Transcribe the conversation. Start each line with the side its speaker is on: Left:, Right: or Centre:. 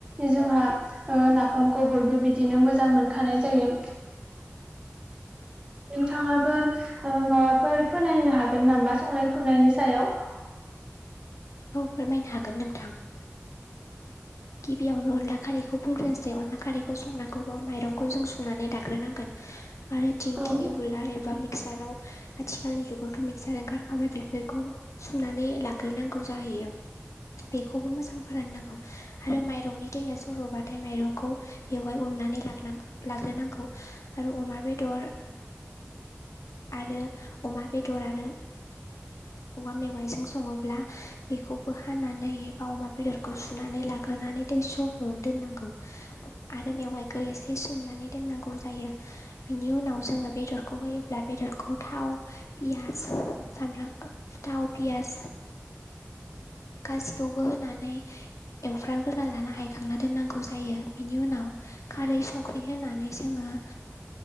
Right: जोंहा ओ नाफामखौ बयबो बिदिनो मोजां मोनखानाय जायो। नोंथाङाबो ओ माबाफोर फोनायनो हागोन नामा संनाय खुरनायनि सायाव?
Left: औ फोरमायनो हागोन नोंथां। गिबियावनो अनला खारैखौ बुंग्रोनोसै। अनला खारैखौ संनांगौबा माइरंखौ जों सुनानै लाग्रोनांगोन आरो थिंखि
Right: औ
Left: उलार एबा मिक साराव, आथिखालनि जुगावथ' मिक्सार ओंखारखाबाय बेफोरखौ सुनानै लाग्रोनांगौ जाहै यो, बेखौबो मोजां फोराननांगौ आरो माइरंनि दैया सर'बाथाय माइरंखौ बेवहाय उननानै लानां लाग्रोनांगौ। आरो अमा बेदर आरो अमा बेदर आरो औवा मेवाइजों सङोब्ला बेखौबो हानानै एबा अमा बेदरखौ सुनानै ला ग्रोनानै दै सरहोना दोननांगौ आरो मेवाइखौ एसे सोमनानै दोननांगौ जायो। बिनि उनाव जोङो बेदरखौ होयोब्ला बेदरखौ थाव, पियास, सामब्राम थाव, पियास गासिखौबो होनानै एवफ्रामग्रोना लाना हायखांना दोननांगौ जायो। बिनि उनाव खारै संख्रै होनानै जोङो <inaudible>